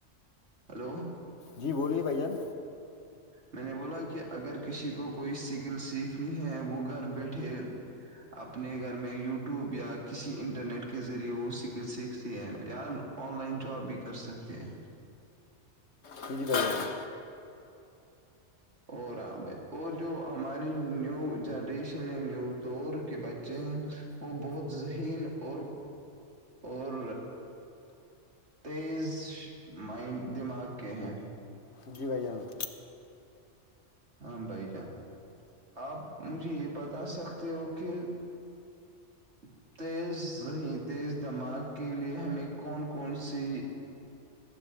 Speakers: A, on the right; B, on the left.
A: ہلو
B: جی بولیے بھ جان
A: میں نے بولا کہ اگر کسی کو کوئی سکل سیکھنی ہے وہ گھر بیٹھے اپنے گھر میں یوٹیوب یا کسی انٹرنیٹ کے ذریعے وہ س سیکھتے ہیں یار آن لائن جواب بھی کر سکتے ہیں
B: ج جی بائےا
A: اور ہاں بھائی اور جو ہماری نیو جنریشن ہے نیو دور کے بچے ہیں وہ بہت ذہین اور اور تیز مائنڈ دماغ کے ہیں
B: جی بیاان
A: ہاں بھائی جان آپ مجھے یہ بتا سکتے ہو کہ ہ تیز تیز دماغ کے لیے ہمیں کون کون سی